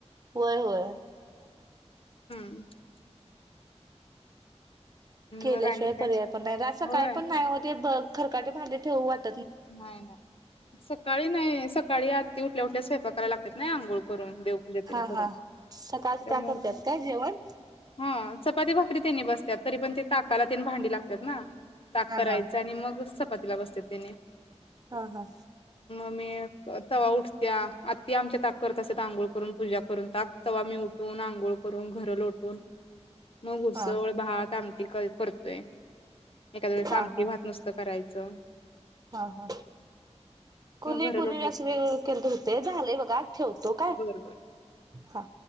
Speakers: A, on the right; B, on the left.
A: होय होय.
B: <unintelligible>
A: केल्याशिवाय
B: मग आणि काय
A: पर्याय पण नाही असं
B: होय
A: काय पण नाही हो ते बघ खरकाट भांडी ठेऊ वाट
B: नाही नाही सकाळी नाही सकाळी आदी उठल्या उठल्या स्वयंपा करायला लाग तात नाही आंघोळ करून. देवपूजा तेन
A: हा
B: करून
A: हा सकाळच
B: त्यामुळं
A: का करतात का जेवण
B: हा चपाती भाकरी त्यांनी बसतात तरी पण ते ताकाला तेन भांडी लागत्यात ना ताक
A: हा
B: करायचं
A: हा
B: आणि मग पाततीला बसतेत तेनी
A: हा हा.
B: मी तवा उठत्या आत्ती आमच्या ताक करत असत आंघोळ करून पूजा करून ताक तवा मी उठून आंघोळ करून घरं लोटून मग ऊसळ
A: हा
B: भात आमटी करतोय एखाद्या वेळेस
A: हा
B: आमटी
A: हा
B: भात नुसत कराय च.
A: हा हा कुणी
B: घरा
A: कुणी
B: लोटायची.
A: व अस वेळ केलं होते झाले बघा ठेवतो काय
B: बरं बर.
A: हा.